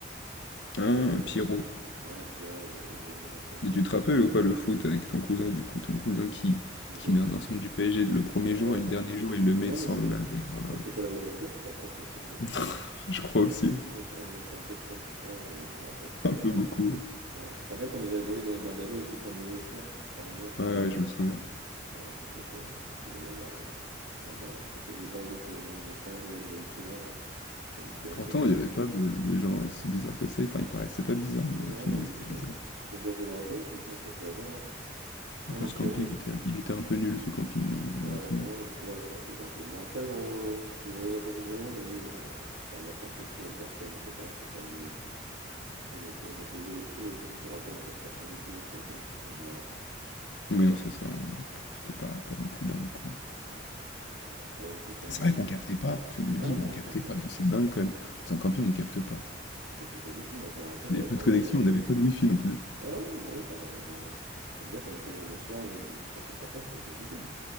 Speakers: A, on the left; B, on the right.
A: Hein,
B: Euh,
A: Pierrot.
B: Ouais, Pierrot, et volé mon enceinte,
A: Et
B: Pierrot.
A: tu te rappelles
B: Je...
A: ou pas le foot avec ton cousin, du coup, ton cousin qui,
B: il mettait
A: qui
B: le
A: met
B: t-shirt.
A: un ensemble du PSG le premier
B: Ouais,
A: jour et
B: ok.
A: le dernier jour, il le met
B: Ah,
A: sans
B: oui.
A: le laver. Oh
B: Ouais, c'était pas la veille de la semaine, je crois, après presque aussi, hein, d'ailleurs.
A: <laughs> Je crois aussi, ouais.
B: Ah, Il était, un, il était un peu sale. Ouais, je, je me rappelle très
A: Un
B: bien.
A: peu beaucoup, ouais.
B: Ouais, tu te rappelles quand nous avait volé dans notre bungalow aussi plein de nourriture, à un moment?
A: Ouais, ouais, je me souviens.
B: Ah, on s'était fait, on s'était fait bien avoir, mais bon, c'est euh, sympa, on s'est fait voler pas mal de choses, moi, mon enceinte, de la nourriture, et Pierrot
A: Pourtant,
B: qui était assez...
A: il n'y avait pas de, de gens si bizarres que ça. Enfin, il paraissait pas bizarre, mais
B: Non,
A: au final,
B: mais ils
A: c'était
B: ont bien,
A: bizarre.
B: ils, ils ont bien joué leur jeu, écoute, on s'est fait avoir. hein.
A: Après,
B: Ah non,
A: ce
B: Pierrot,
A: camping,
B: il-
A: était, il était un peu nul, ce camping, hein,
B: ouais,
A: honnêtement.
B: non, ouais, c'est vrai qu'il était un peu... Bon, après, on, c'est- on a passé des moments, mais oui, euh, en termes d'infrastructure, de personnes, etc., c'était pas le meilleur qu'on qu'on ait fait. On était isolés de tout aussi, je me rappelle, on captait rien du tout dans ce camping, c'était une horreur.
A: Mais non, c'est ça, on- c'était pas, pas non plus dingue, quoi.
B: Ouais, après, après, je me suis ramassé.
A: C'est vrai qu'on captait pas, tu me le
B: Ah
A: dis, mais
B: non,
A: on captait
B: capté
A: pas. Non, mais c'est dingue, quand même. Dans
B: On
A: un camping,
B: cap-
A: on capte pas.
B: on captait pas du tout, hein, je me rappelle,
A: Il n'y
B: euh,
A: avait pas
B: pour
A: de connexion,
B: regarder. euh,
A: on n'avait pas de wifi non plus.
B: Ouais, ouais, bah oui, pour regarder. on- Je peux te dire qu'on était le soir, on voulait être sur son portable, c'était compliqué. hein.